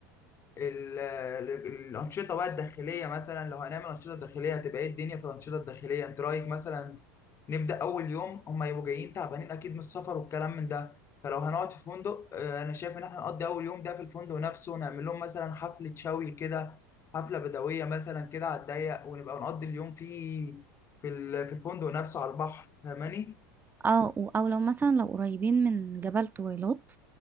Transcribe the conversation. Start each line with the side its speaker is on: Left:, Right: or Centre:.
Left: ال- ال- الأنشطة بقى الداخلية مثلا لو هنعمل أنشطة داخلية هتبقى ايه الدنيا في الأنشطة الداخلية انت رأيك مثلا نبدأ أول يوم هما يبقوا جايين تعبانين أكيد من السفر والكلام من ده فلو هنقعد في فندق آه، أنا شايف إن احنا نقضي أول يوم ده في الفندق نفسه نعمل لهم مثلا حفلة شوي كده حفلة بدوية مثلا كده على الضيق ونبقى نقضي اليوم فيه في ال- في الفندق نفسه على البحر فاهماني؟
Right: اه او لو مثلا لو قريبين من جبل طويلات